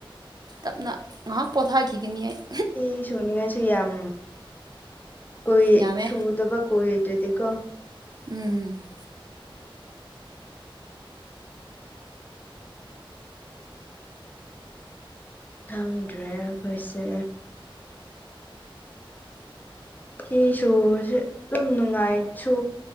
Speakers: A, on the right (about 45°); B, on the left (about 20°).
A: ꯇꯞꯅ ꯉꯥꯏꯍꯥꯛ ꯄꯣꯊꯥꯈꯤꯒꯅꯤ ꯑꯩ
B: ꯍꯁꯨꯅꯤꯁꯨꯏ ꯌꯥꯝ ꯀꯣꯏ
A: ꯌꯥꯝꯃꯦ
B: ꯁꯨꯗꯕ ꯀꯣꯏ ꯑꯣꯗꯔꯗꯀꯣ
A: ꯎꯝ
B: ꯈꯪꯗ꯭ꯔꯦ ꯑꯩꯈꯣꯏꯁꯦ ꯁꯤ ꯁꯣꯁꯦ ꯑꯗꯨꯝ ꯅꯨꯡꯉꯥꯏ ꯁꯣ